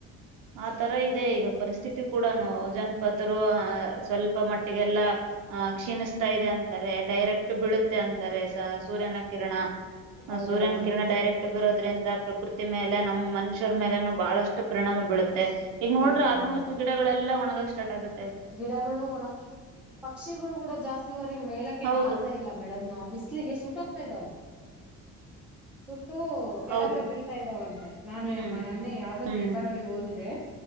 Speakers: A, on the right; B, in the centre.
A: ಆ ತರ ಇದೆ ಈಗ ಪರಿಸ್ಥಿತಿ ಕೂಡನು ಜನಪದರು ಸ್ವಲ್ಪ ಅಪ್ಪ ಮಟ್ಟಿಗೆಲ್ಲ. ಹ ಕ್ಷೀಣಿಸ್ತಾ ಇದೆ ಅಂತಾರೆ ಡೈರೆಕ್ಟ್. ಷ್ಟು ಬೀಳುತ್ತೆ ಅಂತಾರೆ ಸೂರ್ಯನ ಕಿರಣ.
B: ಹೌದೌದು
A: ಸೂರ್ಯನ ಕಿರಣ ಡೈರೆಕ್ಟ್ ಬಿರೋದ್ರಿಂದ ಪ್ರಕೃತಿ ಮೇಲೆ ನಮ್ ಮನುಷ್ಯರ ಮೇಲೆನು ಬಹಳಷ್ಟು ಪರಿಣಾಮ ಬೀಳುತ್ ಈಗ ನೋಡ್ರೆ
B: ಬೀಳ್ತಾ
A: ಆಲ್ಮೋಸ್ಟ್
B: ಇದ್ದಾವೆ
A: ಗಿಡಗಳೆಲ್ಲ ಒಣಗಾಕ ಸ್ಟಾರ್ಟ್ ಸ್ಟಾರ್ಟ್ ಆಗುತ್
B: ಗಿಡಗಳು ಒಣ ಪಕ್ಷಿಗಳು ಕೂಡ ಜಾಸ್ತಿವರೆಗ್ ಮೇಲಕ್ಕೆ
A: ಹೌದು
B: ಹಾರ್ತಾ ಇಲ್ಲ ಮೇಡಮ್ ಆ ಬಿಸಲಿಗೆ ಸುಟೋಗ್ ಹೋಗತಿದಾವು ಸುಟ್ ಸುಟ್ಟು ಕೆಳಗಡೆ
A: ಹೌದು
B: ಬೀಳ್ತಾ ಇದ್ದಾವಂತೆ ನಾನು
A: ಹ್ಮ್
B: ಮೊನ್ನೆ ಯಾವ್ದೋ
A: ಹ್ಮ್
B: ಪೇಪರ್ ಅಲ್ಲಿ ಓದಿದೆ.